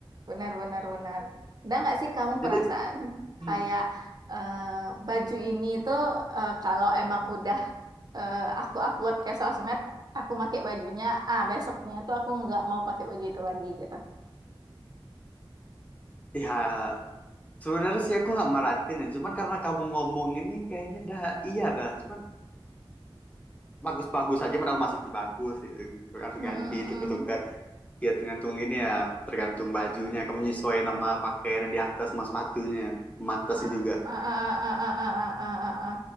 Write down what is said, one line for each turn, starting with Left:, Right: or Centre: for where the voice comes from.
Right: Benar, benar, benar. Ada nggak sih kamu
Left: jadi
Right: perasaan
Left: hmm,
Right: kayak eh, baju ini tuh eh, kalau emang udah eh, aku upload ke sosmed, aku pakai bajunya, ah besoknya itu aku nggak mau pakai baju itu lagi gitu.
Left: ya sebenarnya sih aku nggak meratin ya cuman karena kamu ngomong ini kayaknya dah iya dah cuman bagus-bagus aja padahal masih bagus gitu. harus
Right: Mm, mm,
Left: ganti
Right: mm,
Left: itu ketukar
Right: mm. mm.
Left: ya tergantung ini ya tergantung bajunya kamu nyesuaiin sama pakaian yang di atas sama sepatunya sama atasnya
Right: Ah,
Left: juga
Right: ah, ah, ah, ah, ah, ah, ah, ah, ah. ah.